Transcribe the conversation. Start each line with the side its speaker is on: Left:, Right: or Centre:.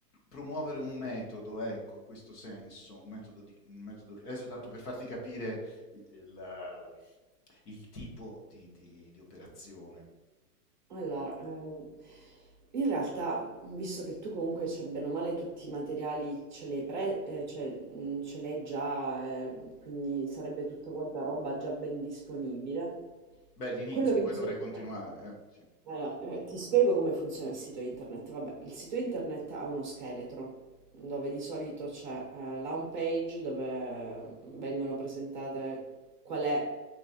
Left: promuovere un metodo, ecco, in questo senso, un metodo, di, un metodo adesso tanto per farti capire il, il- il tipo di, di- di operazione.
Right: Allora, ehm, in realtà, visto che tu comunque c'è bene o male tutti i materiali ce l'hai pre- eh, cioè, mh, ce l'hai già, ehm, quindi sarebbe tutta quanta roba già ben disponibile.
Left: Beh, l'inizio,
Right: Quello che
Left: poi
Right: bisogna...
Left: dovrei continuare,
Right: Esatto.
Left: eh. Sì,
Right: Allora, eh, ti spiego come funziona il sito internet. Vabbè, il sito internet ha uno scheletro dove di solito c'è eh, la home page dove vengono presentate qual è